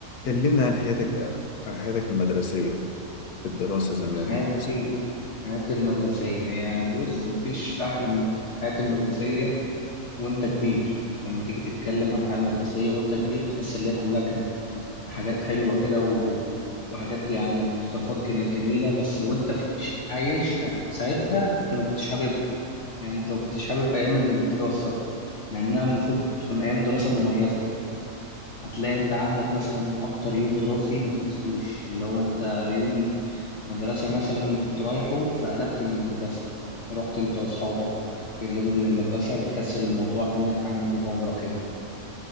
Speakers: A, on the left (about 80°); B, on the left (about 55°).
A: كلمنا عن حياتك عن حياتك المدرسية في الدراسة زمان
B: حياتي حياتي المدرسية يعني بص مفيش أحلى من حياتي المدرسية وأنت كبير لما تيجي تتكلم عن الحياة المدرسية وأنت كبير تحس إن هي كلها كانت حاجات حلوة كده و... وحاجات يعني مقتطفات كانت جميلة بس وأنت في... ش- عايشها ساعتها أنت ما كنتش حاببها يعني أنت ما كنتش حابب أيام الدراسة مع إنها المفروض تكون أيام دراسة مميزة هتلاقي انت عندك مثلا اكتر يوم دراسي ما تنساهوش اللي هو انت يوم مدرسة مثلا كنت رايحه فقلبت من المدرسة رحت انت واصحابك تقلبوا من المدرسة بتحس ان الموضوع كأنك عامل مغامرة كده